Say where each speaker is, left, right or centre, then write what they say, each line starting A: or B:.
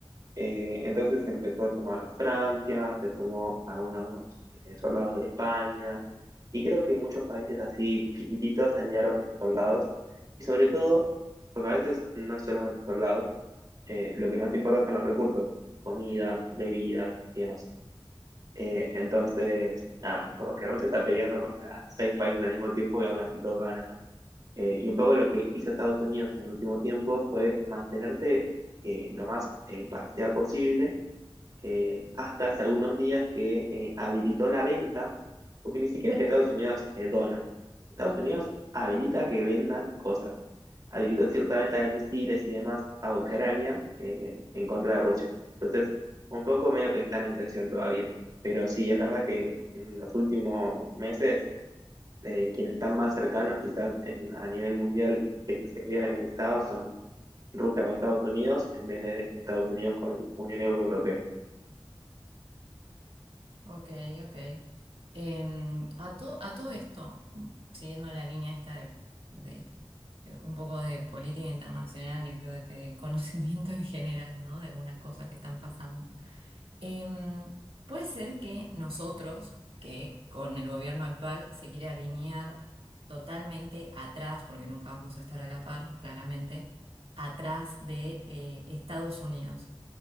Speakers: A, on the right; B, on the right.
A: Eh, entonces empezó a sumar a Francia, se sumó a algunos eh, soldados de España, y creo que muchos países así chiquititos enviaron soldados, y sobre todo, porque a veces no es solamente soldados, eh, lo que más importa son los recursos, comida, bebidas y demás. Eh, entonces, nada, como que Rusia está peleando contra seis países al mismo tiempo y aún así todos ganan, eh, y un poco lo que hizo Estados Unidos en el último tiempo fue mantenerse eh, lo más eh, parcial posible eh, hasta hace algunos días que eh, habilitó la venta, porque ni siquiera es que Estados Unidos eh, dona. Estados Unidos habilita que vendan cosas. Habilitó cierta venta de misiles y demás a Ucrania eh, en contra de Rusia. Entonces, un poco medio que están en tensión todavía. Pero sí, es verdad que en los últimos meses eh, quienes están más cercanos quizás en- a nivel mundial que se crean enemistados son Rusia con Estados Unidos en vez de Estados Unidos con Unión Europea.
B: Ok, ok. Em, a, to- a todo esto, mm, siguiendo la línea esta de, de, eh, un poco de política internacional y creo que de conocimiento en general, ¿no? De algunas cosas que están pasando. Em, puede ser que nosotros, que con el gobierno actual se quiere alinear totalmente atrás, porque nunca vamos a estar a la par, claramente, atrás de eh, Estados Unidos.